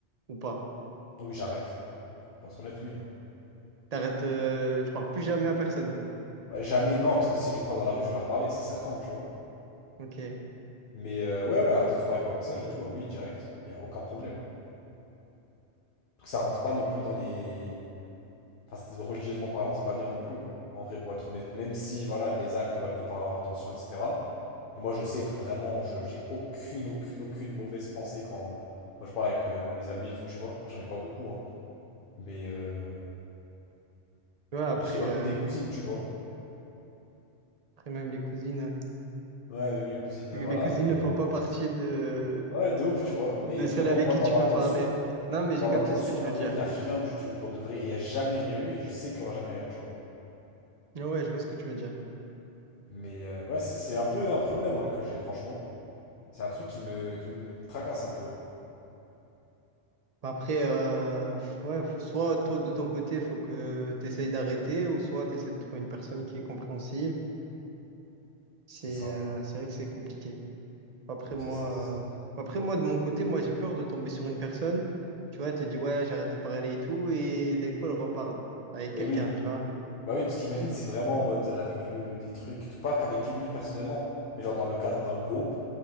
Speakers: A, on the right; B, on the left.
A: ou pas?
B: Ah oui, j'arrête. Pour être honnête, oui. hein.
A: T'arrêtes, euh, tu parles plus jamais à personne.
B: Bah jamais non, parce que si je les croise dans la rue, je vais leur parler, c'est certain, tu vois.
A: Ok. Tu
B: Mais euh, ouais, ouais, arrêtez de se parler par message et tout. Ah oui, direct. Il y a aucun problème. Donc ça rentre pas non plus dans les... Enfin, c'est- religieusement parlant, c'est pas bien non plus, quoi. En vrai, pour être honnête, même si, voilà, les actes ne valent que par la retention, etc. Et moi, je sais que vraiment, je, j'ai aucune, aucune, aucune mauvaise pensée quand. Moi, je parle avec euh, mes amis et tout, tu vois. Après, j'en ai pas beaucoup, hein. Mais, euh,
A: vois, après.
B: mais je les vois
A: euh,
B: comme des cousines, tu vois.
A: Après, même les cousines.
B: Ouais, même les cousines,
A: Les
B: euh, voilà.
A: cousines
B: Mais,
A: ne font
B: euh,
A: pas partie de,
B: ouais, de ouf, tu vois. Mais
A: de celles
B: vraiment,
A: avec
B: moi,
A: qui
B: dans
A: tu
B: l'intention,
A: peux parler. Non, mais
B: dans
A: j'ai capté
B: l'intention,
A: ce que tu
B: vraiment,
A: veux dire.
B: il y a rien du tout, pour de vrai. Et il y a jamais rien eu, et je sais qu'il y aura jamais rien, tu vois.
A: Ah Ouais, je vois ce que tu veux dire.
B: Mais, euh, ouais, c'est c'est un peu un problème, hein, que j'ai, franchement. C'est un truc qui me, qui me tracasse un peu.
A: Bah, Après, euh, f- ouais, f- soit toi, de ton côté, faut que tu essayes d'arrêter, ou soit tu essaies de trouver une personne qui est compréhensive. C'est
B: C'est ça,
A: euh, c'est vrai que c'est compliqué. Après, moi,
B: c'est ça, c'est ça.
A: euh, après, moi, de mon côté, moi, j'ai peur de tomber sur une personne. Tu vois, elle te dit, ouais, j'arrête de parler et tout, et d'un coup, elle reparle avec
B: Et
A: quelqu'un,
B: oui,
A: tu vois.
B: bah oui, parce qu'imagine, c'est vraiment en mode, elle a vécu des trucs, et tout pas qu'avec lui personnellement, mais genre dans le cadre d'un groupe,